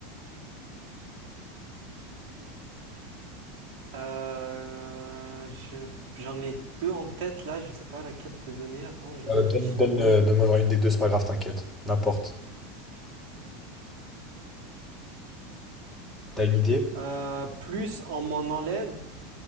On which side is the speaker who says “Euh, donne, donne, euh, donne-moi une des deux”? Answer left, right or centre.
Centre